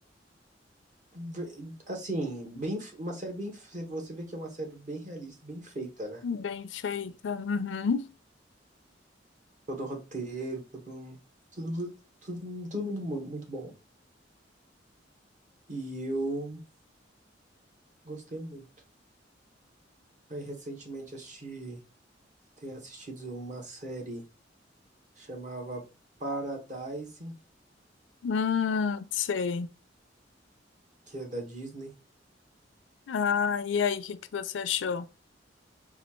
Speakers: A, on the right; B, on the left.
A: ve- assim, bem, uma série bem, fe- você vê que é uma série bem realista, bem feita, né?
B: Bem feita. Uhum.
A: todo o roteiro, todo, um, tudo, tudo, tudo muito, mu- muito bom. E eu gostei muito. Aí recentemente assisti, tenho assistido uma série chamava Paradise,
B: Hum, sei.
A: que é da Disney.
B: Ah, e aí, o que que você achou?